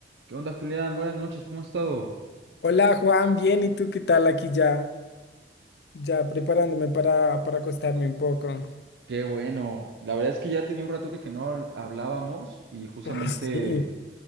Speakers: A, on the right; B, on the left.
A: ¿Qué onda, Julián? Buenas noches, ¿cómo has estado?
B: Hola Juan, bien, ¿y tú qué tal? Aquí ya, ya preparándome para, para acostarme un poco.
A: Qué bueno. La verdad es que ya tenía un ratote que no hablábamos y justamente
B: Uy, Sí.